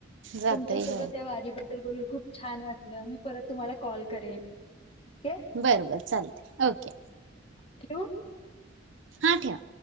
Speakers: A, on the right; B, on the left.
A: जातय
B: तुमच्यासोबत
A: होय
B: त्या वारीबद्दल बोलून खूप छान वाटलं. मी परत तुम्हाला कॉल करेन ओके.
A: बरबर चालतंय, ओके.
B: ठेऊ?
A: हां ठेवा.